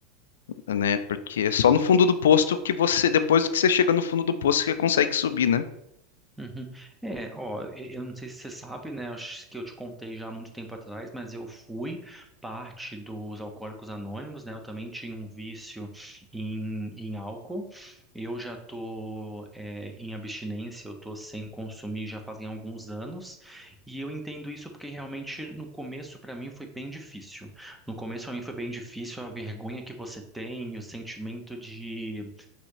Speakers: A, on the left; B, in the centre.
A: né? Porque é só no fundo do posto que você, depois que você chega no fundo do posto, que você consegue subir, né?
B: Uhum. É, ó, e- eu não sei se você sabe, né? Acho que eu te contei já há muito tempo atrás, mas eu fui parte dos Alcoólicos Anônimos, né? Eu também tinha um vício em, em álcool. Eu já tô, é, em abstinência, eu tô sem consumir já fazem alguns anos. E eu entendo isso porque realmente no começo para mim foi bem difícil. No começo para mim foi bem difícil a vergonha que você tem, o sentimento de